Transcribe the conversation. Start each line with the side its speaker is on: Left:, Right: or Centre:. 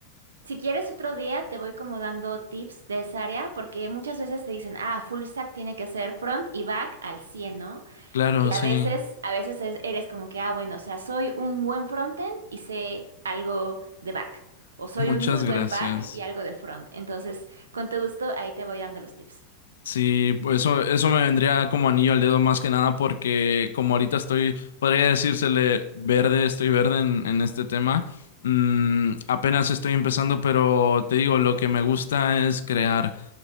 Right: Si quieres otro día, te voy como dando tips de esa área, porque muchas veces te dicen, ah, full stack tiene que ser front y back al cien ¿no?
Left: Claro,
Right: Y
Left: sí.
Right: a veces, a veces es- eres como que, ah, bueno, o sea, soy un buen frontend y sé algo de back. O soy
Left: Muchas
Right: un muy buen
Left: gracias.
Right: back y algo de front. Entonces, con todo gusto, ahí te voy dando los tips.
Left: Sí, pues eso, eso me vendría como anillo al dedo más que nada porque como ahorita estoy, podría decírsele verde, estoy verde en, en este tema. Mm, apenas estoy empezando, pero te digo, lo que me gusta es crear.